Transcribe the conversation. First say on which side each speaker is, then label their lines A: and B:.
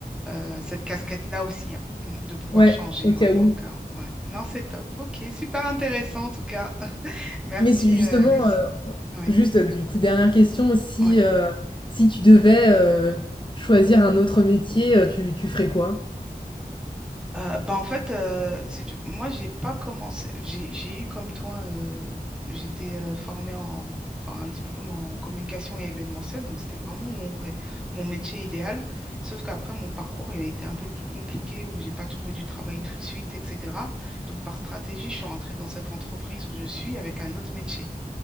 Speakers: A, in the centre; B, on the left.
A: euh, cette casquette-là aussi, hein, mm, de pouvoir
B: Ouais,
A: changer,
B: au cas
A: ouais,
B: où.
A: au cas où, ouais. Non, c'est top. Ok, super intéressant en tout cas. <laughs> Merci,
B: Mais si justement,
A: euh, Alexis.
B: heu,
A: Oui,
B: juste euh, du coup, dernière question, si,
A: ouais.
B: heu, si tu devais, heu, choisir un autre métier, heu, tu tu ferais quoi?
A: Euh, bah en fait, euh, si tu- moi, j'ai pas commencé. J'ai, j'ai eu comme toi, euh, j'étais euh, formée en, enfin, un diplôme en communication et événementiel, donc c'était vraiment mon, ré- mon métier idéal. Sauf qu'après, mon parcours, il a été un peu plus compliqué où j'ai pas trouvé du travail tout de suite, etc. Donc, par stratégie, je suis rentrée dans cette entreprise où je suis avec un autre métier.